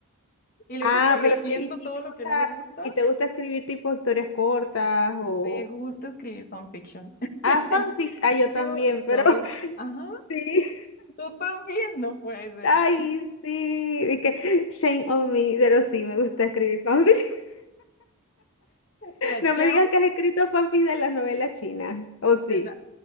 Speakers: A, on the left; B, on the left.
A: <laughs> y luego
B: Ah,
A: corrigiendo
B: pero ¿y, y
A: todo
B: te gusta,
A: lo que no me gusta.
B: y te gusta escribir tipo historias cortas o...
A: Me gusta escribir fanfiction. <laughs>
B: Ah, fanfic. Ah, yo también,
A: Yo
B: pero
A: soy,
B: <laughs>
A: ajá,
B: sí.
A: tú también, no puede ser,
B: Ay,
A: Andrea.
B: sí. y que shame on me, pero sí, me gusta escribir fanfic. <laughs>
A: Mira,
B: No
A: chao.
B: me digas que has escrito fanfic de las novelas chinas. O
A: de
B: sí,
A: la-